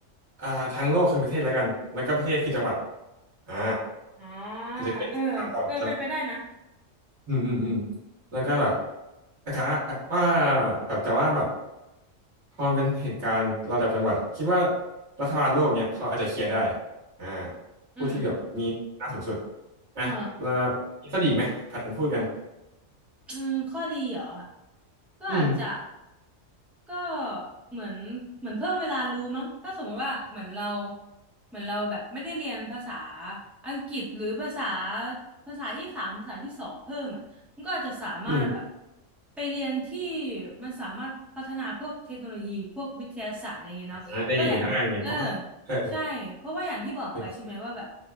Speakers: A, on the right; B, in the centre.
A: อ่าทั้งโลกคือประเทศแล้วกันแล้วก็ประเทศคือจังหวัดอ่า
B: อ่า
A: อาจจะเกิดสงครามระหว่างจังหวัด
B: เออเออเป็นไปได้นะ
A: อืมอืมอืมแล้วก็แบบแต่ว่าว่าแบบแต่ว่าแบบพอมันเป็นเหตุการณ์ระดับจังหวัดอะคิดว่ารัฐบาลโลกเนี่ยเขาอาจจะเคลียร์ได้อ่า
B: อืม
A: ผู้ที่แบบมีอำนาจสูงสุด
B: เออ
A: นะแล้วมีข้อดีอีกไหมผัดกันพูดกัน
B: อืมข้อดีเหรอก็อาจจะ
A: อืม
B: ก็เหมือนเหมือนเพิ่มเวลารู้มั้งถ้าสมมุติว่าเหมือนเราเหมือนเราแบบไม่ได้เรียนภาษาอังกฤษหรือภาษาภาษาที่สามภาษาที่สองเพิ่มอ่ะมันก็อาจจะสามารถแบบ
A: อืม
B: ไปเรียนที่มันสามารถพัฒนาพวกเทคโนโลยีพวกวิทยาศาสตร์อะไรเงี้ยเนาะก็อย่างเออ
A: อ่าเป็นอย่างอื่นได้ไงเพราะว่าเออ
B: ใช่เพราะว่าอย่างที่บอกไปใช่ไหมว่าแบบ
A: เออ